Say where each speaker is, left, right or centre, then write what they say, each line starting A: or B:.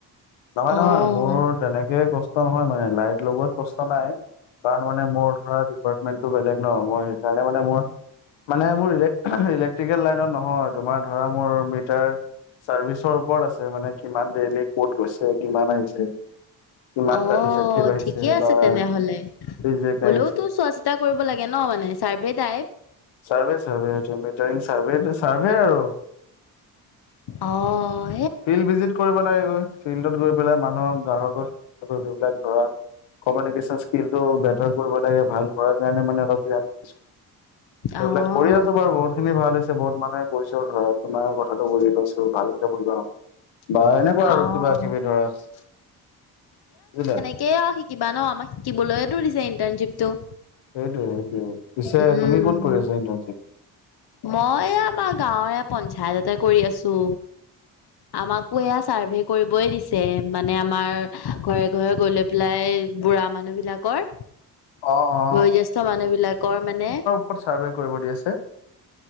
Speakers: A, on the left; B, on the left.
A: নহয় নহয়,
B: অহ
A: মোৰ তেনেকে কষ্ট নহয় মানে লাইট লগোৱাত কষ্ট নাই। কাৰণ মানে মোৰ ডিপাৰ্টমেন্টটো বেলেগ ন, মই সেইকাৰণে মানে মই- মানে মোৰ ইলেক্ট্ৰিকেল লাইনত নহয়, তোমাৰ ধৰা মোৰ মিটাৰ- চাৰ্ভিচৰ ওপৰত আছে মানে কিমান দেৰিলৈকে ক'ত গৈছে, কিমান আহিছে? কিমানটা
B: অঁ
A: ডিফেক্টিভ আহিছে
B: ঠিকে আছে
A: বা
B: তেনেহলে।
A: ৰিজেক্ট
B: হ'লেও
A: আহিছে
B: তো চোৱা চিতা কৰিব লাগে ন মানে চাৰ্ভে টাইপ।
A: চাৰ্ভে চাৰ্ভে, এতিয়া মিটাৰিং চাৰ্ভে চাৰ্ভে আৰু।
B: অঁ।
A: ফিল্ড ভিজিট কৰিব লাগে গৈ। ফিল্ডত গৈ পেলাই মানুহক গ্ৰাহকক- যিবিলাক ধৰা কমিউনিকেল স্কিলটো বেটাৰ কৰিব লাগে, ভাল কৰিব লাগে কাৰণে মানে অলপ ধৰা- সেইবিলাক
B: অহ
A: কৰি আছো বাৰু। বহুত খিনি ভাল হৈছে বহুত মানুহে কৈছে ধৰা তোমাৰ কথা। বুজিলো। বালিকা গাওঁ। বা এনেকুৱা আৰু
B: অহ
A: কিবা কিবি ধৰা বুজিলা।
B: ঠিকেই আৰু শিকিবা ন আমাক শিকিবলৈতো দিছে ইণ্টাৰ্ণশ্বিপটো।
A: সেইটোয়ে সেইটোয়ে। পিছে
B: উম,
A: তুমি ক'ত কৰি আছা ইণ্টাৰ্ণশ্বিপটো?
B: মই আমাৰ গাঁৱৰ এ পঞ্চায়ততে কৰি আছো। আমাকো এয়া চাৰ্ভে কৰিবই দিছে মানে আমাৰ ঘৰে ঘৰে গলে- পেলাই বুঢ়া মানুহ বিলাকৰ,
A: অ অ
B: বয়োজ্যেষ্ঠ মানুহ বিলাকৰ মানে-
A: কত চাৰ্ভে কৰিব দি আছে?